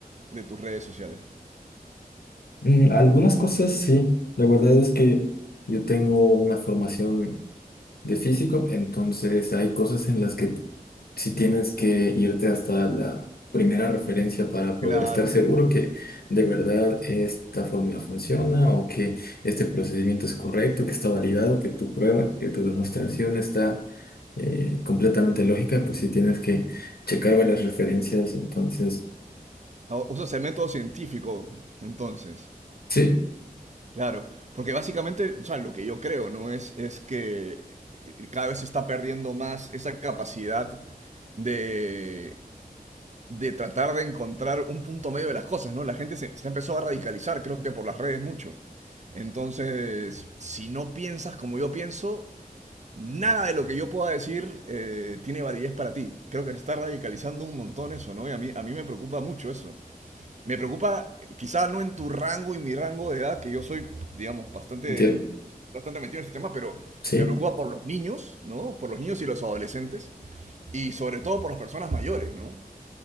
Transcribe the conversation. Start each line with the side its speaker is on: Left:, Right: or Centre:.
Right: de tus redes sociales?
Left: Mm, algunas cosas sí, la verdad es que yo tengo una formación de físico, entonces hay cosas en las que si tienes que irte hasta la primera referencia para
Right: Claro.
Left: poder estar seguro que de verdad esta fórmula funciona o que este procedimiento es correcto, que está validado, que tu prueba, que tu demostración está eh, completamente lógica, pues si tienes que checar varias referencias, entonces
Right: O- Usas el método científico, entonces.
Left: sí,
Right: Claro, porque básicamente, o sea, lo que yo creo, ¿no? Es, es que eh, cada vez se está perdiendo más esa capacidad de, de tratar de encontrar un punto medio de las cosas, ¿no? La gente se, se empezó a radicalizar, creo que por las redes mucho. Entonces, si no piensas como yo pienso, nada de lo que yo pueda decir eh, tiene validez para ti. Creo que se está radicalizando un montón eso, ¿no? Y a mí, a mí me preocupa mucho eso. Me preocupa, quizás no en tu rango y mi rango de edad, que yo soy, digamos, bastante,
Left: entiendo,
Right: bastante metido en este tema, pero
Left: sí,
Right: me preocupa por los niños, ¿no? Por los niños y los adolescentes, y sobre todo por las personas mayores, ¿no?